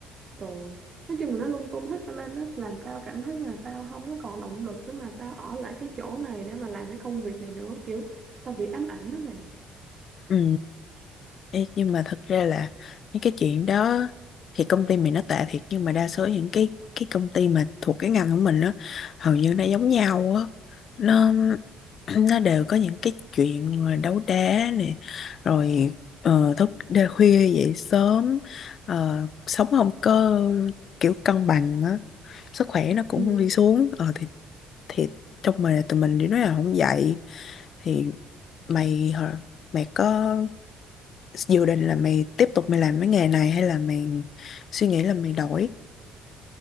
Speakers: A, on the right (about 40°); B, on the left (about 55°).
A: rồi nói chung là nó lung tung hết cả lên á làm tao cảm thấy như là tao không có còn động lực để mà tao ở lại cái chỗ này để mà làm cái công việc này nữa kiểu tao bị ám ảnh đó mày
B: ừ. Ê, nhưng mà thật ra là những cái chuyện đó thì công ty mình nó tệ thiệt nhưng mà đa số những cái cái công ty mà thuộc cái ngành của mình á hầu như nó giống nhau á nó <clears throat> nó đều có những cái chuyện mà đấu đá này rồi ờ, thức đêm khuya dậy sớm ờ, sống không có kiểu cân bằng á sức khỏe nó cũng
A: ừ.
B: đi xuống ờ thì thì trong mình tụi mình thì nói là không dậy thì mày hả- mày có dự định là mày tiếp tục mày làm cái nghề này hay là mày suy nghĩ là mày đổi